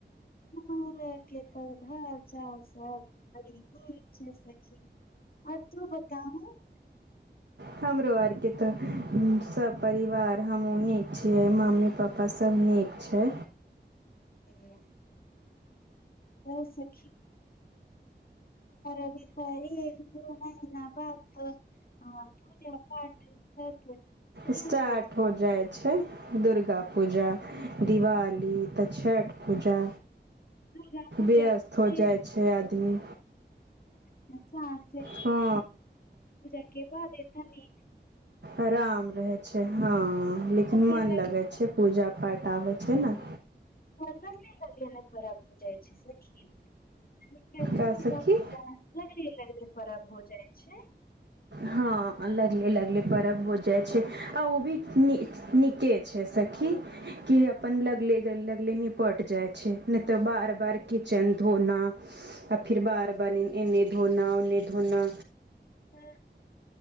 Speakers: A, on the left; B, on the right.
A: मार के तऽ भाा सब बड़ी न सखी आओर तू बताउ <unintelligible>
B: हमरो आरके तऽ सभ परिवार हमहूँ नीक छियै मम्मी पाप्पा सभ नीक छै
A: त सी आओर सखि अभी तार एक दू महीना बाद पूजा पाठ सब शुरू
B: स्टार्ट
A: जेतै
B: हो जाइ छै दुर्ग पूजा दिवाली तऽ छठि पूजा,
A: दुर्गा पूजा
B: व्यस्त हो
A: से
B: जाइ छै आदमी।
A: अच्छा समसा
B: हँ
A: जा <unintelligible> के ब देतानी
B: आराम रहै छै हँ लेकिन
A: छै
B: मन लगैत छै पूजा पाठ आबे छै ने
A: प लै हो जाइ छै से ीक त जसै
B: का
A: <unintelligible>
B: सखी
A: खराब हो जाइ छै
B: हँ लगले लगले पर्व हो जाइ छै आ ओ भी न नीके छै सखी कि अपनन लगले गल लगले निपट जाइ छै नहि तऽ बार बार किचन धोना आ फेर बार बार एन्ने धोना ओन्ने धोना
A: हँ